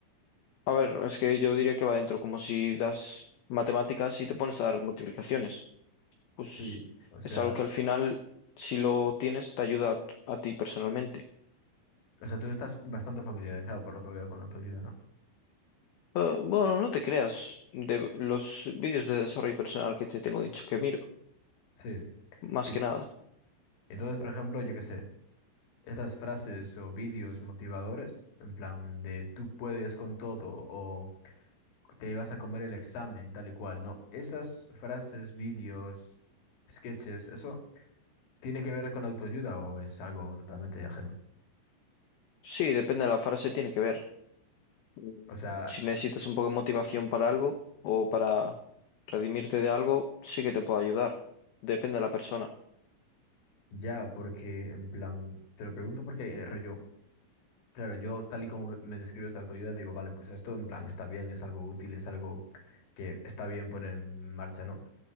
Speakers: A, on the left; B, on the left.
A: A ver, es que yo diría que va dentro, como si das matemáticas y te pones a dar multiplicaciones. Pues
B: Sí, o sea,
A: es algo que al final, si lo tienes, te ayuda a, a ti personalmente.
B: o sea, tú estás bastante familiarizado por lo que veo con la autoayuda, ¿no?
A: Eh, bueno, no te creas, de los vídeos de desarrollo personal que te tengo dicho que miro,
B: Sí.
A: más
B: Y
A: que nada.
B: entonces, por ejemplo, yo qué sé, estas frases o vídeos motivadores, en plan de tú puedes con todo o te vas a comer el examen, tal y cual, ¿no? Esas frases, vídeos, sketches, ¿eso tiene que ver con la autoayuda o es algo totalmente ajeno?
A: Sí, depende de la frase, tiene que ver. Mm,
B: O sea,
A: Si necesitas un poco de motivación para algo o para redimirte de algo, sí que te puede ayudar. Depende de la persona.
B: ya, porque en plan, te lo pregunto porque eh, rollo, claro, yo tal y como me describes la autoayuda, digo, vale, pues esto en plan está bien, es algo útil, es algo que está bien poner en marcha, ¿no?